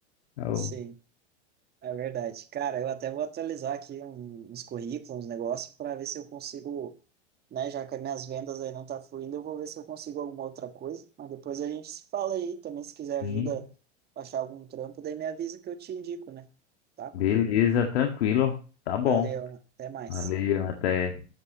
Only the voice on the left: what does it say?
Eu,
sim,
beleza, tranquilo. Tá bom.
Valeu, até.